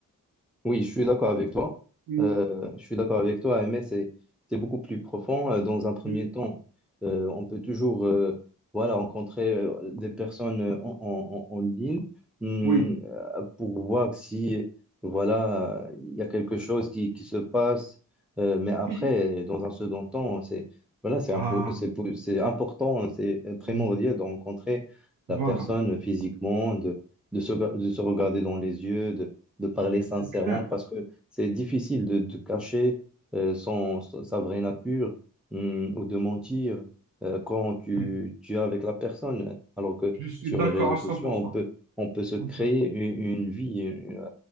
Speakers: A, in the centre; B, on the right (about 85°).
A: Oui, je suis d'accord avec toi.
B: Mm,
A: Euh, je suis d'accord avec toi, mais c'est c'est beaucoup plus profond. Euh, Dans un premier
B: mm,
A: temps, euh, on peut toujours euh, voilà, rencontrer euh, des personnes euh, en, en, en en ligne hum,
B: Oui,
A: euh, pour voir si voilà, il y a quelque chose qui, qui se passe. Euh, mais après,
B: oui.
A: dans un second temps, c'est voilà, c'est
B: Ah,
A: impo- c'est po- c'est important, c'est primordial
B: mm,
A: de rencontrer la
B: voilà,
A: personne physiquement, de, de se, de se regarder dans les yeux, de parler sincèrement
B: c'est clair.
A: parce que c'est difficile de, de cacher euh, son, son- sa vraie nature hum, ou de mentir euh, quand tu,
B: Oui,
A: tu es avec la personne. Alors que
B: je suis
A: sur
B: d'accord
A: les réseaux
B: à
A: sociaux,
B: cent pour
A: on
B: cent
A: peut, on peut se créer
B: On peut.
A: une, une vie, une,